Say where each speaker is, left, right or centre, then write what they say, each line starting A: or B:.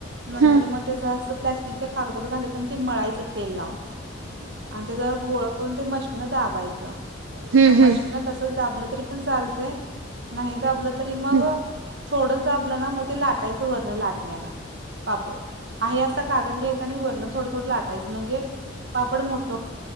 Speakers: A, on the right; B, on the right.
A: नंतर
B: हम्म
A: मग त्याच असं प्लॅस्टिकच्या कागदात घालायच अन ते मळायच. त तेल लावून. आणि त्याचा गोळ करून ते मशीन दाबायचं,
B: हम्म
A: मग मशीन
B: हम्म
A: तसेच दाबलं तरी पण चालते. नाही दाबलं तरी मगं
B: हम्म
A: थोडं दाबलं नां मगं ते लाट. त ईच वरण लाटणयान पापड आई असं कागद घेतांनी वरण. थोडं थोडं लाटाचंअ म्हणजे? पापड मो